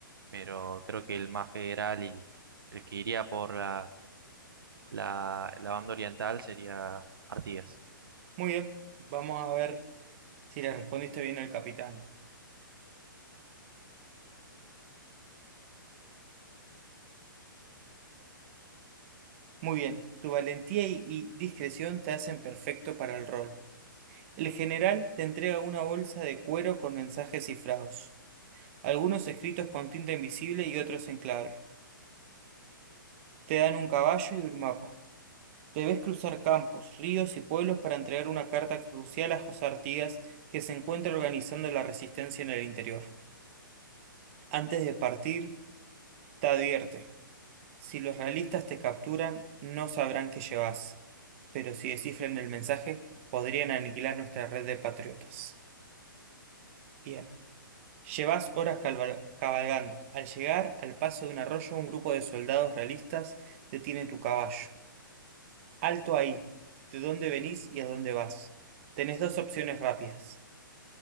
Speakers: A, on the right (about 75°); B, on the right (about 35°).
A: pero creo que el más federal y el que iría por la, la, la banda oriental sería Artigas.
B: muy bien. Vamos a ver si le respondiste bien al capitán. Muy bien. Tu valentía y, y discreción te hacen perfecto para el rol. El general te entrega una bolsa de cuero con mensajes cifrados, algunos escritos con tinta invisible y otros en clave. Te dan un caballo y un mapa. Debes cruzar campos, ríos y pueblos para entregar una carta crucial a José Artigas, que se encuentra organizando la resistencia en el interior. Antes de partir, te advierte. Si los realistas te capturan, no sabrán que llevas, pero si descifran el mensaje, podrían aniquilar nuestra red de patriotas. Bien. Llevas horas calva- cabalgando. Al llegar al paso de un arroyo, un grupo de soldados realistas detiene tu caballo. Alto ahí. ¿De dónde venís y a dónde vas? Tenés dos opciones rápidas.